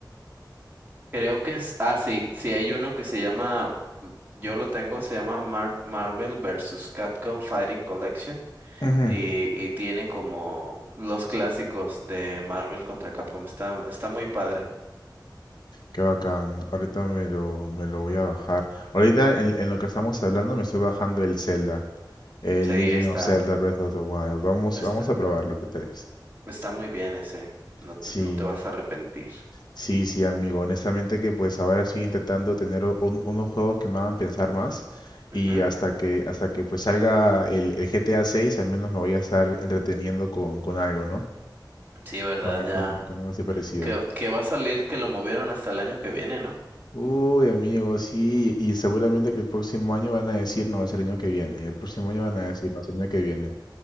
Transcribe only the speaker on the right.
Creo que es, ah, sí, sí hay uno que se llama, mm, yo lo tengo, se llama Mar- Marvel vs. Capcom Fighting Collection
y, y tiene como los clásicos de Marvel contra Capcom. Está, está muy padre.
Sí,
está,
está,
está muy bien ese. No te,
no te vas a arrepentir.
Ujú.
Sí, verdad,
ya.
Que, que va a salir que lo movieron hasta el año que viene, ¿no?